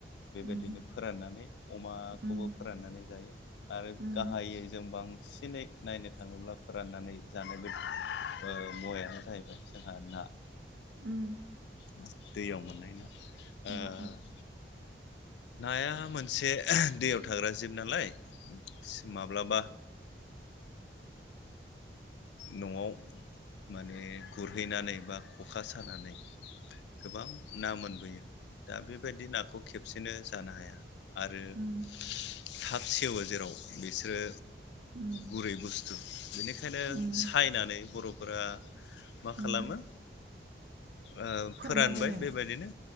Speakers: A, on the left; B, on the right.
A: बेबायदिनो
B: उम
A: फोराननानै अमाखौबो
B: उम
A: फोराननानै जायो आरो
B: उम
A: गाहाय जों बांसिनै नायनो थाङोब्ला फोराननानै जानोबोनो मुवायानो जाहैबाय जोंहा ना
B: उम।
A: मा दैयाव मोननाय ना
B: ना
A: ओ नाया मोनसे दैयाव थाग्रा जिब नालाय माबा माब्लाबा न'आव माने गुरहैनानै बा अखा सानानै गोबां ना मोनबोयो दा बेबायदि नाखौबो सबसेनो जानो हाया आरो
B: म,
A: ना थाब सेवो जेराव बिसोरो
B: म,
A: गुरै बुस्थु बेनिखायनो
B: म,
A: ओंखायनो सायनानै बर'फोरा मा
B: म
A: खालामो। ओ
B: फोरानना
A: फोरानबाय
B: दोनो
A: बेबायदिनो